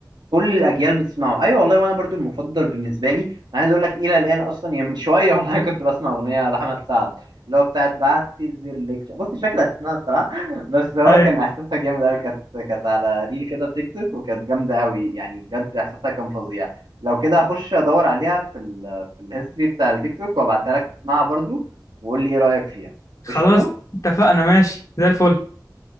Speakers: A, on the right; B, on the left.
A: كل الاجيال بتسمعه ايوه والله وانا برضو المفضل بالنسبه لي انا عايز اقول لك الى الان اصلا يعني من شويه والله <laughs> كنت بسمع اغنيه لاحمد سعد اللي هو بتاعت بعتذر لك ش- بص مش فاكر اسمها الصراحه بس هو
B: ايوه
A: كان احساسها جامد قوي كانت كانت على ريل كده في تيك توك وكانت جامده قوي يعني بجد احساسها كان فظيع لو كده هخش ادور عليها في ال في الهيستوري بتاع التيك توك وابعتها لك تسمعها برضو وقول لي ايه رايك فيها
B: خلاص
A: قشطه
B: اتفقنا ماشي زي الفل